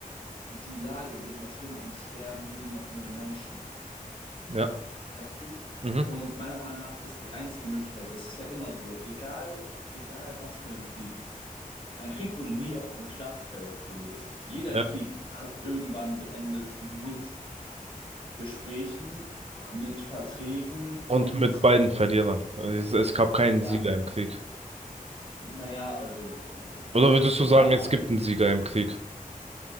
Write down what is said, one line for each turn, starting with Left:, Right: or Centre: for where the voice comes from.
Left: die Lage wird noch schlimmer und sterben nur noch mehr Menschen.
Right: Ja.
Left: Weißt du?
Right: Mhm.
Left: Und meiner Meinung nach ist die einzige Möglichkeit, es ist ja immer so, egal, egal was für ein Krieg, ein Krieg wurde nie auf dem Schlachtfeld gelöst. Jeder
Right: Ja.
Left: Krieg hat irgendwann geendet mit Gesprächen, mit Verträgen und
Right: Und mit beiden Verlierern. Es, es gab keinen
Left: ja,
Right: Sieger im Krieg.
Left: naja, also äh,
Right: Oder würdest
Left: ja,
Right: du sagen, es
Left: aber
Right: gibt einen Sieger im Krieg?